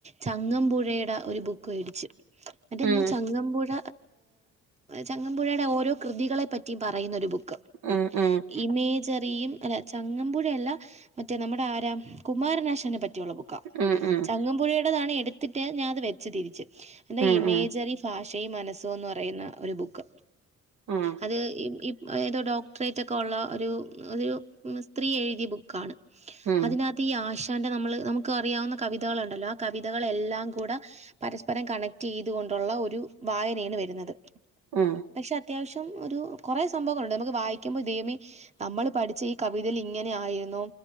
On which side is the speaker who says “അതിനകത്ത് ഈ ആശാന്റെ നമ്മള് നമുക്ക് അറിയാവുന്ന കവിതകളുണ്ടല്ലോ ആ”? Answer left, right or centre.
Right